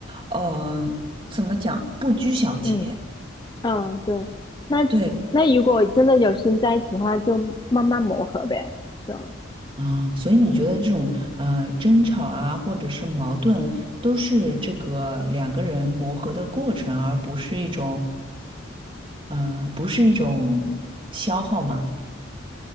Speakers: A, on the right; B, on the left.
A: 嗯，怎么讲，不拘小节。
B: 嗯嗯，对。那
A: 对，
B: 那如果真的有心在一起的话，就慢慢磨合呗。就
A: 嗯，所以你觉得这种呃争吵啊，或者是矛盾，都是这个两个人磨合的过程，而不是一种呃，不是一种消耗吗？